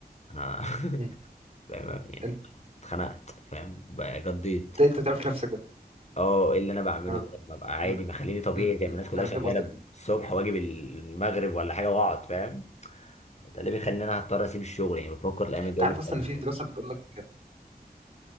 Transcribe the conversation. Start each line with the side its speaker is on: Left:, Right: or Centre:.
Left: انا
Right: امم
Left: <laughs> بقى- يعني
Right: انت
Left: اتخنقت فاهم بقى جضيت
Right: انت بتعرف نفسك ده
Left: اه ايه اللي انا بعمله
Right: اه
Left: ده ما بقى عادي
Right: امم
Left: ما خليني طبيعي
Right: امم
Left: زي
Right: امم
Left: ما الناس كلها
Right: انا
Left: شغاله
Right: فاهم قصدك
Left: الصبح واجي المغرب ولا حاجه واقعد فاهم ده اللي بيخليني انا هضطر اسيب الشغل يعني بفكر الايام الجايه
Right: انت عارف
Left: دي أضطر
Right: اصلا
Left: أعمل
Right: ان في دراسه
Left: كده.
Right: بتقول لك